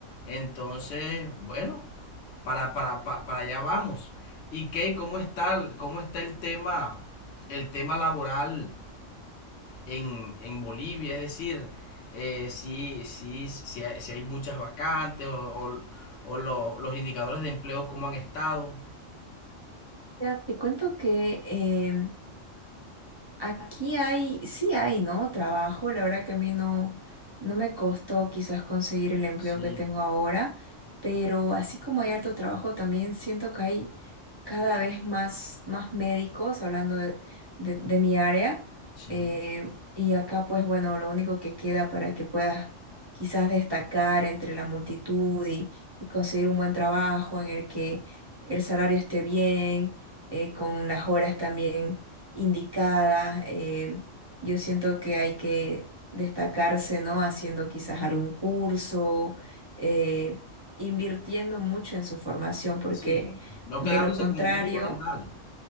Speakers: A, on the left; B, on the right.
A: Entonces, bueno, para, para, para, para allá vamos. ¿Y qué? ¿Cómo está, cómo está el tema, el tema laboral en, en Bolivia? Es decir, eh, si, si, si, hay, si hay muchas vacantes o, o- o lo- los indicadores de empleo, ¿cómo han estado?
B: Ya, te cuento que em, Aquí hay, sí hay, ¿no? Trabajo. La verdad que a mí no, no me costó quizás conseguir el empleo
A: Sí,
B: que tengo ahora, pero así como hay harto trabajo, también siento que hay cada vez más, más médicos, hablando de, de- de mi área.
A: sí,
B: eh, y acá, pues bueno, lo único que queda para que puedas quizás destacar entre la multitud y, y conseguir un buen trabajo en el que el salario esté bien, eh, con las horas también indicada. eh, yo siento que hay que destacarse, ¿no? Haciendo quizás algún curso, eh, invirtiendo mucho en su formación, porque
A: sí. No
B: de
A: quedándose
B: lo contrario
A: como un médico general,